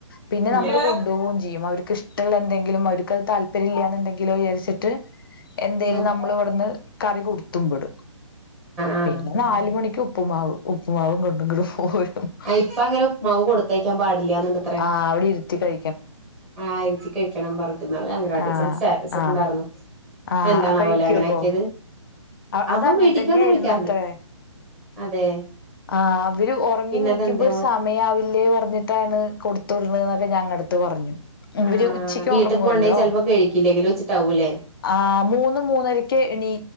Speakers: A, on the left; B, in the centre.
A: പിന്നെ
B: ആഹ്
A: നമ്മൾ കൊണ്ടു പോകും ചെയ്യും അവർക്ക് ഇഷ്ടമുള്ള എന്തെങ്കിലും അവർക്ക് അത് താല്പര്യം ഇല്ലാന്ന് ണ്ടെങ്കിലോ വിചരിച്ചിട്ട് എന്തേലും
B: ആഹ്
A: നമ്മൾ ഇവിടുന്ന് കറി കൊടുത്തുവിടും
B: ആഹ്
A: പിന്നെ നാല് മണിക്ക് ഉപ്പുമാവ് ഉപ്പുമാവും കൊണ്ടും കൊണ്ട് പോരും
B: ആഹ് ഇപ്പൊ അങ്ങനെ ഉപ്പുമാവ് കൊടുത്തേക്കാൻ പാടില്ല എന്നിണ്ട്ത്രേ
A: ആഹ അവിടെ ഇരിത്തിക്കഴി
B: ആഹ് ഇരുത്തി കഴിക്കണം പറഞ്ഞിട്ട് ന്നാള് അംഗനവാടി
A: ആ
B: ട്ടീച്ചറ് സ്റ്റാറ്റസ്
A: ആ
B: ഇട്ടുണ്ടായിരുന്നു
A: ആ
B: എന്താണാവോലെ
A: കഴിക്കുവപ്പോ
B: അങ്ങനെ ആക്കിയത്?
A: അത്
B: അവൻ
A: അങ്ങനെ
B: വീട്ടക്ക്
A: തന്നെയായിരുന്നുത്രേ
B: വന്ന് കഴിക്കാറുണ്ട് അതെ
A: ആഹ് അവര് ഉറങ്ങി
B: പിന്നെ
A: നീക്കുമ്പോ
B: അതെന്തേവോ
A: ഒരു സ സമയാവില്ലേ പറഞ്ഞിട്ടാണ് കൊടുത്ത വിടണ് എന്നൊക്കെ ഞങ്ങളടുത്ത് പറഞ്ഞു ഇവര്
B: ആഹ്
A: ഉച്ചക്ക്
B: വീട്ടിക്ക്
A: ഉറങ്ങുവല്ലോ
B: കൊണ്ടയാ ചെലപ്പോ കഴിക്കില്ലെങ്കിലോ വച്ചിട്ടാവൂല്ലേ
A: ആഹ് മൂന്ന് മൂന്നരക്ക് ഇനി